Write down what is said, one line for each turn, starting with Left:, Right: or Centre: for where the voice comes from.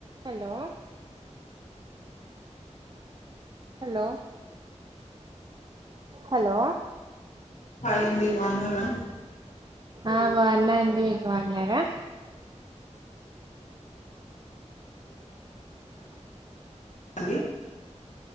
Right: hello hello hello
Left: hi అండి బాగున్నారా
Right: ఆ బాగున్న అండి మీర్ బాగున్నారా
Left: అ